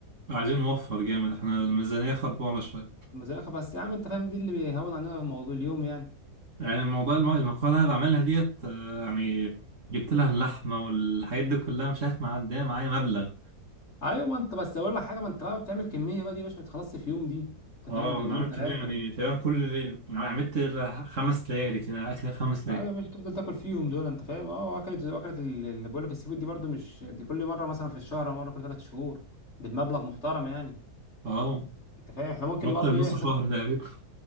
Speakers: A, on the right; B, on the left.
A: عايزين نوفر جامد احنا الميزانية خربانة شوية
B: مزرعة بس يا عم انت فاهم دي اللي بيهون علينا الموضوع اليوم يعني
A: يعني الموضوع الم- المقالة اللي أنا بعملها ديت آه، يعني جبت لها اللحمة والحاجات دي كلها مش عارف معدية معايا مبلغ
B: ايوه ما انت بس اقول لك حاجه ما انت بقى بتعمل كميه بقى دي يا باشا ما بتخلصش في يوم دي انت
A: اه
B: فاهم ده يومين
A: انا عملت
B: ثلاثه
A: كمية يعني تقريبا كل ليل يعني عملت خمس ليالي كده أكل خمس ليالي
B: ايوه يا باشا تفضل تاكل فيهم دول انت فاهم اه اكلت اكلت اللي بقول لك السي فود دي برضو مش دي كل مره مثلا في الشهر او مره كل ثلاث شهور دي بمبلغ محترم يعني
A: اه
B: انت فاهم احنا ممكن
A: نقطة
B: نقضي
A: نص
B: ايه حاجات
A: شهر تقريبا